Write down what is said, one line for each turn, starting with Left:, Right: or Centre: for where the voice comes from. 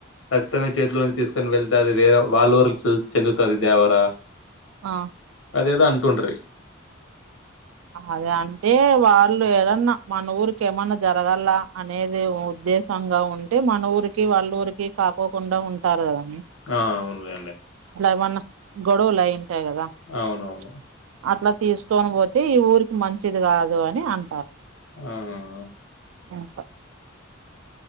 Left: రక్తమే చేతిలోని తీసుకొని వెళ్తది వేరే వాళ్ళుఊర చెందుతాది దేవరా
Right: ఆ
Left: దేదా అంటుండ్రి
Right: అదే అంటే వాళ్ళు ఏదన్నా మన ఊరికి ఏమన్నా జరగాల అనేది ఉద్దేశ సంగా ఉంటే మన ఊరికి వాళ్ళ ఊరికి కాకోకుండా ఉంటారు కదా.
Left: ఆ అవునులేండి
Right: ఏమన్నా గొడవలు అయింటాయి కదా
Left: అవునవును.
Right: స్ అట్లా తీసుకని పో దే ఈ ఊరికి మంచిది కాదు అని అంటారు.
Left: ఆహ హ
Right: యప్పా